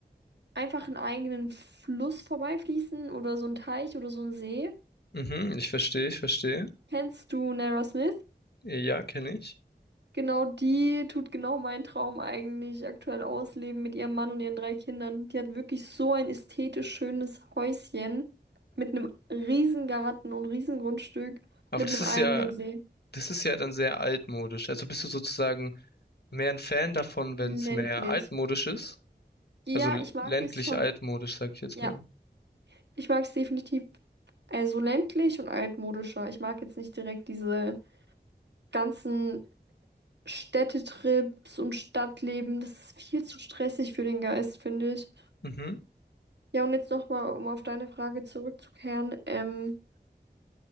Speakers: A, on the right; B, on the left.
A: einfach einen eigenen Fluss vorbeifließen oder so ein Teich oder so ein See.
B: mhm, ich verstehe, ich verstehe.
A: Kennst du Nara Smith?
B: Ja, kenne ich.
A: Genau die tut genau meinen Traum eigentlich aktuell ausleben mit ihrem Mann und ihren drei Kindern. Die hat wirklich so ein ästhetisch schönes Häuschen mit einem riesen Garten und riesen Grundstück
B: Aber
A: mit
B: das
A: einem
B: ist
A: eigenen
B: ja,
A: See.
B: das ist ja dann sehr altmodisch. Also bist du sozusagen mehr ein Fan davon, wenn
A: Ländlich.
B: es mehr altmodisch ist?
A: Ja,
B: Also l-
A: ich mag
B: ländlich
A: es schon.
B: altmodisch, sage ich jetzt
A: Ja,
B: mal.
A: ich mag es definitiv. Also ländlich und altmodischer. Ich mag jetzt nicht direkt diese ganzen Städtetrips und Stadtleben. Das ist viel zu stressig für den Geist, finde ich.
B: Mhm.
A: Ja, und jetzt nochmal, um auf deine Frage zurückzukehren. Ähm,